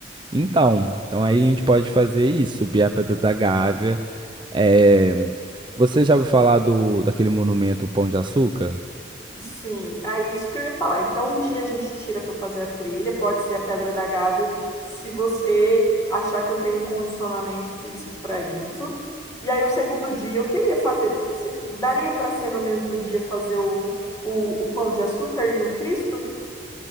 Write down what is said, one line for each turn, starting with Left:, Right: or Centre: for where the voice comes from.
Right: Então, então aí a gente pode fazer isso, subir a Pedra da Gávea. É, Você já ouviu falar do, daquele monumento Pão de Açúcar?
Left: Sim, é isso que eu ia falar. Então, um dia a gente tira para fazer a trilha, pode ser a Pedra da Gávea, se você achar que eu tenho um condicionamento físico para isso. E aí, o segundo dia, eu queria fazer. se- Daria para ser no mesmo dia fazer o, o, o Pão de Açúcar e o Cristo?